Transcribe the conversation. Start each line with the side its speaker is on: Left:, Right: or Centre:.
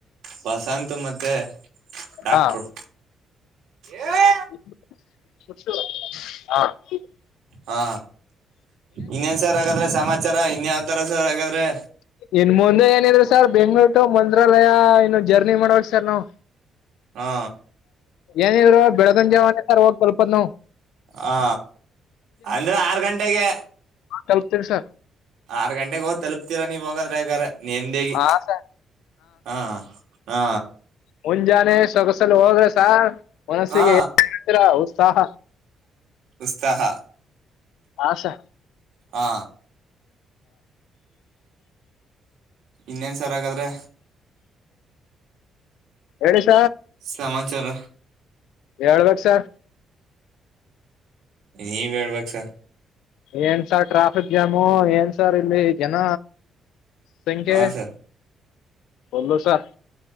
Right: ಬಸಂತ ಮತ್ತೆ ಡಾಕ್ಟ್ರು
Left: ಹಾ
Right: ಏಹೇ
Left: ಹ <inaudible>
Right: ಹಾ ಇನ್ನೇನ್ ಸರ್ ಹಾಗಾದ್ರೆ ಸಮಾಚಾರ ಇನ್ ಯಾವತಾರ ಸರ್ ಹಾಗಾದ್ರೆ
Left: ಇನ್ ಮುಂದೆ ಏನಿದ್ರು ಸರ್ ಬೆಂಗಗಳೂರ್ ಟು ಮಂತ್ರಾಲಯ ಇನ್ನು ಜರ್ನಿ ಮಾಡವಕ್ ಸರ್ ನಾವವು
Right: ಹಾ
Left: ಏನಿದ್ರು ಬೆಳಗನ ಜಾವಾನೆ ಸರ್ ಹೋಗ ಕಲ್ಪತ್ ನಾವ್
Right: ಹಾ ಅಂದ್ರೆ ಆರ್ ಗಂಟೆಗೆ
Left: ಹಾ ಕಲ್ಪ್ತೀವಿ ಸ
Right: ಆರ್ ಗಂಟೆಗೆ ಹದ್ ತಲುಪ್ೀರಾ ನೀವ ಹೋಗದ್ರೆಗಾರ ನ್ದೇಗ
Left: ಹಾ ಸರ್
Right: ಹಾ ಹಾ
Left: ಮುಂಜಾನೆ ಸೊಗಸಲು ಹೋದ್ರೆ ಸಾರ್ ಮನಸ್ಸಿಗೆರ
Right: ಹಾ
Left: ಉತ್ಸಾಹ
Right: ಉತ್ಸಾಹ
Left: ಹಾ ಸ
Right: ಹಾ ಇನ್ನೇನ್ ಸರ್ ಹಾಗಾದ್ರೆ
Left: ಎಡೆಷ
Right: ಸಮಾಚಾರ
Left: ಹೇಳ್ಬೇಕು ಸರ್
Right: ನೀವ ಹೇಳ್ಬೇಕಕ್ಸ
Left: ಏನ್ ಸಾರ್ ಟ್ರಾಫಿಕ್ ಜಾಮು ಏನ್ ಸಾರ್ ಇಲ್ಲಿ ಜನ ಸಂಖ್ಯೆ
Right: ಹಾ ಸರ್
Left: ಒಲ ಸರ್